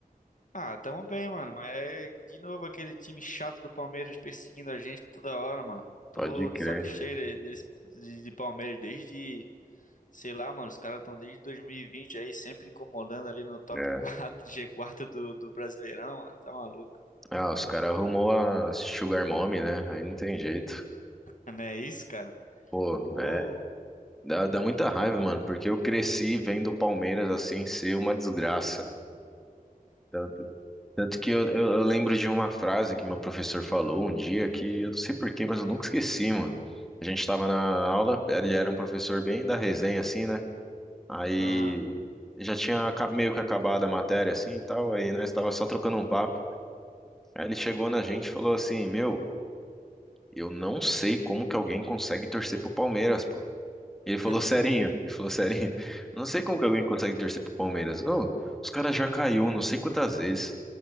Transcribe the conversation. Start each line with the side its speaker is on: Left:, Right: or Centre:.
Left: Ah, tamo bem, mano. Mas é de novo aquele time chato do Palmeiras perseguindo a gente toda hora, mano. Tô
Centre: Pode
Left: de
Centre: crer.
Left: saco cheio de, de, de Palmeiras desde, sei lá, mano. Os caras estão desde 2020 aí, sempre incomodando ali no top
Centre: É.
Left: <laughs> quatro, g 4 do, do Brasileirão, mano. Tá maluco?
Centre: Ah, os caras arrumou a Sugar Mommy, né? Aí não tem jeito.
Left: Não é isso, cara?
Centre: Pô,
Left: Pô,
Centre: é, Dá, dá muita raiva, mano, porque eu cresci vendo o Palmeiras assim ser uma desgraça. Tanto, tanto que eu, eu, eu lembro de uma frase que meu professor falou um dia que eu não sei porquê, mas eu nunca esqueci, mano. A gente tava na aula, ele era um professor bem da resenha, assim, né? Aí
Left: aham.
Centre: já tinha aca- meio que acabado a matéria, assim e tal, aí nós tava só trocando um papo. Aí ele chegou na gente e falou assim: Meu, eu não sei como que alguém consegue torcer pro Palmeiras, pô. Ele falou
Left: <laughs>
Centre: serinho, ele falou serinho. Não sei como que alguém consegue torcer pro Palmeiras. Ô, os caras já caiu não sei quantas vezes.